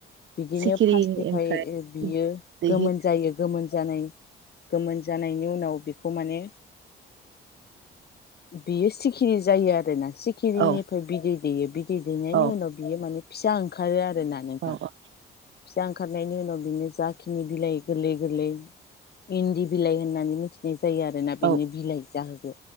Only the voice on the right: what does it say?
सिखिरि
ओमफ्राय
दैहि
औ
औ
औ
औ